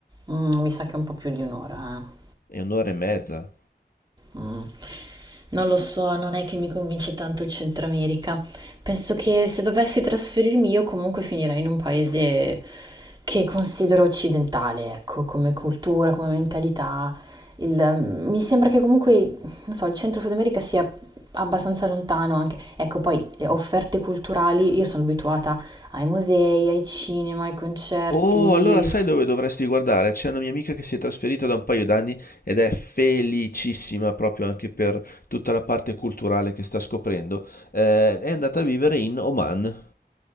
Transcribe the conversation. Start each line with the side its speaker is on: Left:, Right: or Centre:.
Right: Mm, mi sa che è un po' più di un'ora, eh.
Left: È un'ora e mezza.
Right: Mm. Non lo so, non è che mi convince tanto il Centro America. Penso che se dovessi trasferirmi io comunque finirei in un paese che considero occidentale, ecco, come cultura, come mentalità. Il- mi sembra che comunque, non so, il Centro Sud America sia abbastanza lontano anche. Ecco, poi eh, offerte culturali, io sono abituata ai musei, ai cinema, ai concerti,
Left: Oh, allora sai dove dovresti guardare? C'è una mia amica che si è trasferita da un paio d'anni ed è felicissima proprio anche per tutta la parte culturale che sta scoprendo. Eh, è andata a vivere in Oman.